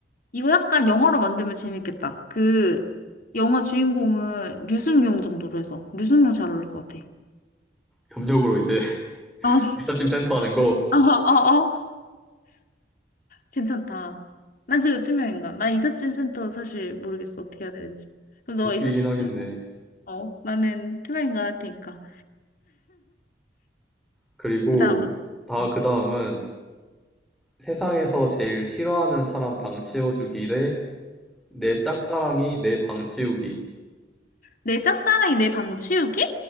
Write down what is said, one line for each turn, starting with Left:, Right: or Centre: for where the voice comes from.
Left: 이거 약간 영어로 만들면 재밌겠다. 그 영화 주인공은 류승룡 정도로 해서 류승룡 잘 어울릴 것 같아.
Centre: 협력으로 이제 <laughs>
Left: 어, 어,
Centre: 미사짐 센터 하는 거
Left: 어, 어. 괜찮다. 난 그래도 투명인간. 나 이삿짐 센터 사실 모르겠어 어떻게 해야 되는지. 그럼 너
Centre: 웃기긴
Left: 이삿짐
Centre: 하겠네.
Left: 센터. 어, 나는 투명인간 할 테니까.
Centre: 그리고
Left: 그다음
Centre: 다
Left: 음.
Centre: 그 다음은 세상에서 제일 싫어하는 사람 방 치워주기 대 내 짝사랑이 내 방 치우기.
Left: 내 짝사랑이 내 방 치우기?